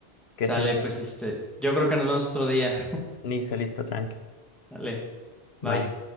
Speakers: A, on the left; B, in the centre.
A: Que
B: Sale,
A: se bien.
B: pues este, yo creo que nos vemos otro día.
A: Listo, listo, tranqui.
B: <laughs> Dale, bye.
A: Bye.